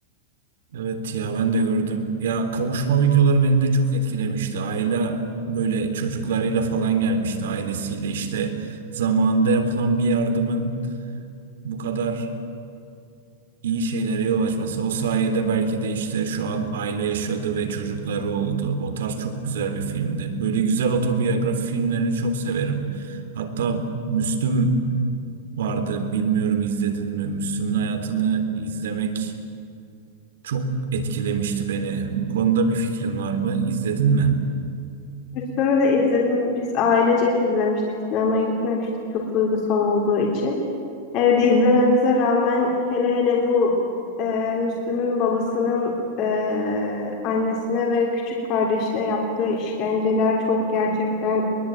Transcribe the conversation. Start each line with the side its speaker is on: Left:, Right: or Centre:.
Right: Evet ya ben de gördüm. Ya kavuşma videoları beni de çok etkilemişti. Ayla böyle çocuklarıyla falan gelmişti ailesiyle. İşte zamanında yapılan bir yardımın bu kadar iyi şeylere yol açması. O sayede belki de işte şu an aile yaşadı ve çocukları oldu. O tarz çok güzel bir filmdi. Böyle güzel otobiyografi filmlerini çok severim. Hatta Müslüm vardı. Bilmiyorum izledin mi? Müslüm'ün hayatını izlemek Çok etkilemişti beni. Bu konuda bir fikrin var mı? İzledin mi?
Left: Müslüm'ü de izledim. Biz ailecek izlemiştik. Sinemaya gitmemiştik çok duygusal olduğu için. Evde izlememize rağmen hele hele bu e, Müslüm'ün babasının e, annesine ve küçük kardeşine yaptığı işkenceler çok gerçekten